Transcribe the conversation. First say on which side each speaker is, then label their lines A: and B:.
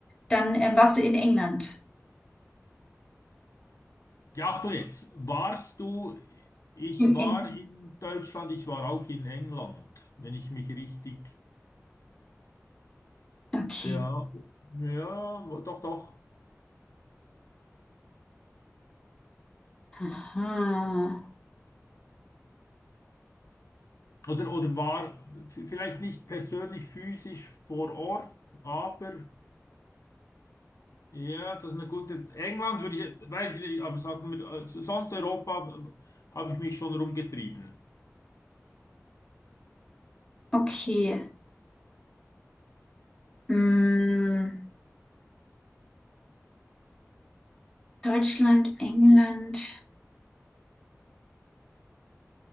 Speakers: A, on the left; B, on the left.
A: dann ähm, warst du in England.
B: Ja, ach du jetzt, warst du, ich
A: In
B: war
A: England.
B: in Deutschland, ich war auch in England, wenn ich mich richtig,
A: Okay.
B: ja, ja, doch, doch.
A: Aha.
B: oder, oder war v- vielleicht nicht persönlich physisch vor Ort, aber ja, das ist eine gute. England würde ich, weiß ich nicht, aber sagen wir, äh, so, sonst Europa äh, habe ich mich schon rumgetrieben.
A: Okay. Mm, Deutschland, England.